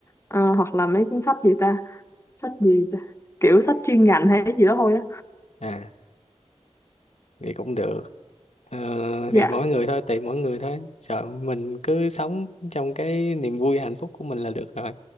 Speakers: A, on the left; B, on the left.
A: ờ, hoặc là mấy cuốn sách gì ta sách gì ta? kiểu sách chuyên ngành hay cái gì đó thôi á
B: à thì cũng được Ờ,
A: dạ
B: thì mỗi người thôi tùy mỗi người thôi sợ mình cứ sống trong cái niềm vui hạnh phúc của mình là được rồi